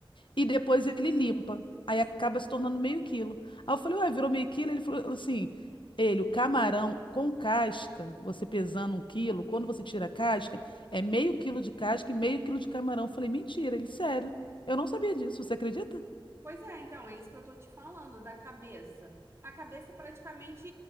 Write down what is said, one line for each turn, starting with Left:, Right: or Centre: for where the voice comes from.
Left: e depois ele limpa. Aí acaba se tornando meio quilo. Aí eu falei, ué, virou meio quilo? Ele falou assim, ele, o camarão com casca, você pesando um quilo, quando você tira a casca, é meio quilo de casca e meio quilo de camarão. Eu falei, mentira, ele, sério. Eu não sabia disso, você acredita?
Right: Pois é, então, é isso que eu tô te falando, da cabeça. A cabeça é praticamente